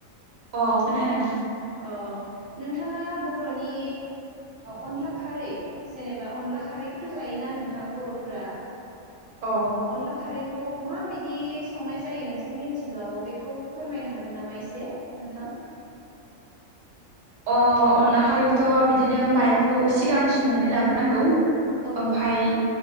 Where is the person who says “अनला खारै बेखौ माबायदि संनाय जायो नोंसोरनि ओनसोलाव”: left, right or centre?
Left